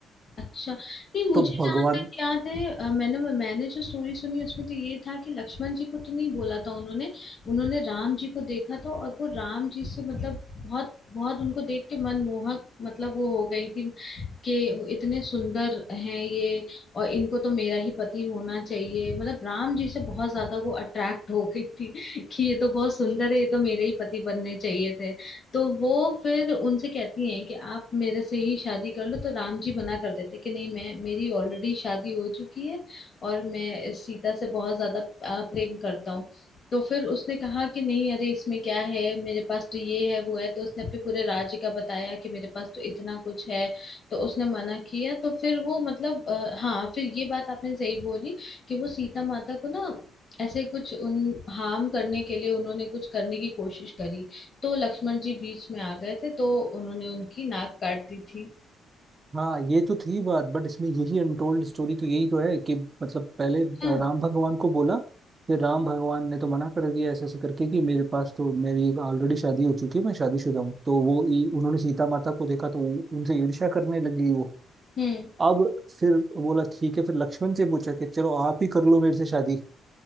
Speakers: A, on the left; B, on the right.
A: अच्छा नहीं मुझे
B: तो भगवान
A: जहाँ तक याद है अ, मैंने मैंने जो स्टोरी सुनी उसमें तो ये था कि लक्ष्मण जी को तो नहीं बोला था उन्होंने उन्होंने राम जी को देखा था और वो राम जी से मतलब बहुत बहुत उनको देख के मनमोहक मतलब वो हो गई थी कि वो इतने सुंदर हैं ये और इनको तो मेरा ही पति होना चाहिए मतलब राम जी से बहुत ज्यादा वो अट्रैक्ट हो गई थी कि ये तो बहुत सुंदर है ये तो मेरे ही पति बनने चाहिए थे। तो वो फिर उनसे कहती हैं कि आप मेरे से ही शादी कर लो तो राम जी मना कर देते कि नहीं मैं मेरी ऑलरेडी शादी हो चुकी है और मैं इस सीता से बहुत ज्यादा अ, प्रेम करता हूँ तो फिर उसने कहा कि नहीं अरे इसमें क्या है मेरे पास तो ये है वो है तो उसने अपने पूरे राज्य का बताया कि मेरे पास तो इतना कुछ है तो उसने मना किया तो फिर वो मतलब अ, हाँ फिर ये बात आपने सही बोली कि वो सीता माता को ना ऐसे कुछ उन हार्म करने के लिए उन्होंने कुछ करने की कोशिश करी तो लक्ष्मण जी बीच में आ गए थे तो उन्होंने उनकी नाक काट दी थी
B: हाँ ये तो थी बात बट इसमें यही अनटोल्ड स्टोरी तो यही तो है कि मतलब पहले अ,
A: हाँ
B: राम भगवान को बोला फिर राम भगवान ने तो मना कर दिया ऐसे ऐसे करके कि मेरे पास तो मेरी ऑलरेडी शादी हो चुकी है मैं शादीशुदा हूँ तो वो ई- उन्होंने सीता माता को देखा तो उ- उनसे ईर्ष्या करने लग गई वो
A: हम्म
B: अब फिर बोला ठीक है फिर लक्ष्मण से पूछा कि चलो आप ही कर लो मेरे से शादी